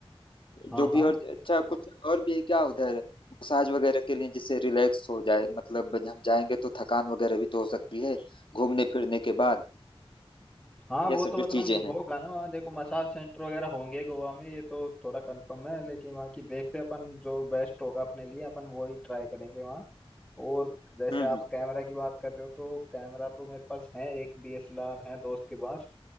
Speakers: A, in the centre; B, on the left (about 55°).
A: हाँ
B: जो
A: हाँ
B: भी और अच्छा कुछ और भी है क्या उधर मसाज वगैरह के लिए जिससे रिलैक्स हो जाए मतलब हम जाएंगे तो थकान वगैरह भी तो हो सकती है घूमने फिरने के बाद
A: हाँ वो
B: ये
A: तो
B: सब
A: मतलब
B: जो चीजें हैं
A: होगा ना वहाँ देखो मसाज सेंटर वगैरह होंगे गोवा में ये तो थोड़ा कंफर्म है लेकिन वहाँ की देखते हैं अपन जो बेस्ट होगा अपने लिए अपन वो ही ट्राई करेंगे वहाँ और जैसे
B: हम्म
A: आप
B: हम्म
A: कैमरा की बात कर रहे हो तो कैमरा तो मेरे पास है एक डीएसएलआर है दोस्त के पास